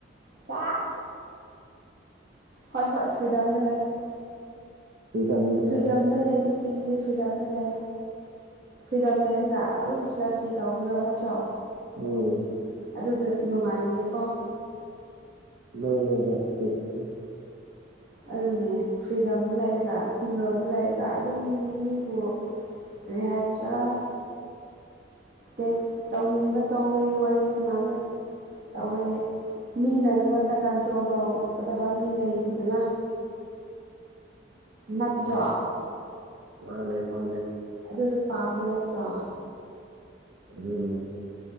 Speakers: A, on the right (about 55°); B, on the right (about 80°).
A: ꯀ ꯍꯣꯏ ꯍꯣꯏ ꯐ꯭ꯔꯤꯗꯝꯝꯗ ꯂꯩꯥꯛꯦ
B: ꯐ꯭ꯔꯤꯗꯝꯗ
A: ꯐ꯭ꯔꯤꯗꯝꯅ
B: ꯂꯩꯔꯒ
A: ꯂꯩꯕꯁꯤꯡꯗꯤ ꯐ꯭ꯔꯤꯗꯝꯅ ꯂꯩ ꯐ꯭ꯔꯤꯗꯝ ꯂꯩꯔꯒ ꯑꯗꯨꯂ ꯀꯤ ꯇꯧꯕꯗꯣ ꯅꯠꯇ꯭ꯔꯣ
B: ꯎꯝ
A: ꯑꯗꯨꯗ ꯅꯨꯡꯉꯥꯏꯕꯅꯦꯀꯣ
B: ꯅ ꯗꯦꯠꯁ
A: ꯑꯗꯨꯅꯦ ꯐ꯭ꯔꯤꯗꯝꯗ ꯂꯩꯔꯒ ꯁꯤꯡꯒꯜꯗ ꯂꯩꯔꯒ ꯑꯗꯨꯝ ꯃꯤꯕꯨ ꯭ꯔꯤꯍꯖꯔ ꯇꯦꯛꯁ ꯇꯧꯅꯤꯡꯕ ꯇꯧꯋꯦ ꯋꯥꯔꯤ ꯁꯅꯕ ꯇꯧꯋꯦ ꯃꯤ ꯅꯪꯒꯣꯟꯗ ꯀꯟ ꯇꯧꯒꯗꯕ ꯃꯤ ꯂꯩꯇꯦꯗꯅ ꯅꯠꯇ꯭ꯔꯣ
B: ꯎꯝ ꯃꯥꯅꯦ ꯃꯥꯅꯦ
A: ꯑꯗꯨꯁꯨ ꯄꯥꯝꯕ ꯅꯠꯇ꯭ꯔꯣ
B: ꯎꯝ